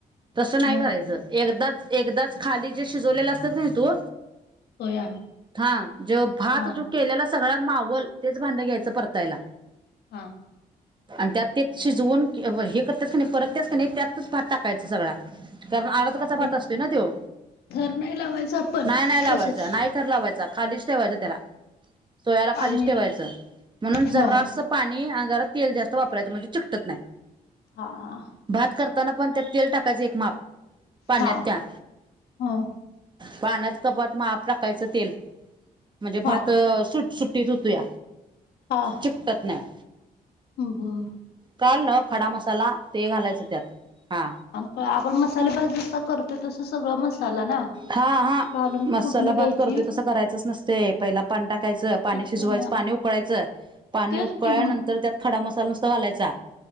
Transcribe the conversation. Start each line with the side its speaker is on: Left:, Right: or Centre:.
Right: तसं नाही
Left: मग
Right: करायचं एकदा एकदाच खाली जे शिजवलेले असतय ते तू
Left: सोया
Right: हा, जेव्हा भात
Left: हा
Right: जो केलेला सगळ्यात मावल तेच भांडं घ्यायचं परतायला.
Left: हा.
Right: आणि त्यात ते शिजवून, हे करतात नाही परत त्यातकणी त्यातच भात टाकायच सगळा, कारण अर्धकच्चा
Left: मग ते
Right: भात असतोय नव त्यो.
Left: थर नाही लावायचं आपण
Right: नाही नाही लावायचं
Left: तसच
Right: नाही, थर लावायचा खालीच ठेवायचं त्याला. सोयाला खालीच
Left: आणि
Right: ठेवायचं, म्हणून
Left: हा
Right: जरं स पाणी आणि जरा तेल जास्त वापरायचं म्हणजे चिकटत नाही.
Left: हां.
Right: भात करताना पण त्यात तेल टाकायच एक माप, पाण्यात
Left: हा
Right: त्या.
Left: हा
Right: पाण्यात कपात माप टाकायचं तेल, म्हणजे
Left: हा
Right: भात सुट सुट्टीत होतोय.
Left: हा.
Right: चिकटत नाय.
Left: हम्म बर.
Right: कळालं ना? खडा मसाला ते घालायचं त्यात हा.
Left: क आपण मसाले भात जसा करतो, तसं सगळं मसाला ना?
Right: हा हा,
Left: घालून
Right: मसाला
Left: फुडणी
Right: भात
Left: द्यायची
Right: करतोय तसं करायचंच नसतेय, पहिला पाणी टाकायचं पाणी
Left: तस
Right: शिजवायचं
Left: ना
Right: पाणी उ कळायचं, पाणी
Left: तेच
Right: उकळल्यानंतर
Left: कि म
Right: त्यात खडा मसाला नुसता घालायचा.